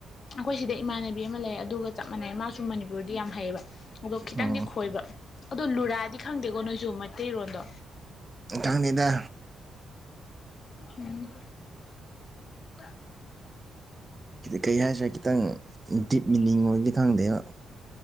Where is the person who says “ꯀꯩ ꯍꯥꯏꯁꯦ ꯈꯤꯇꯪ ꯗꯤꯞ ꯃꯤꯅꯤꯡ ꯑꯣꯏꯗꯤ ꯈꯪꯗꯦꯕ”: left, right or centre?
Right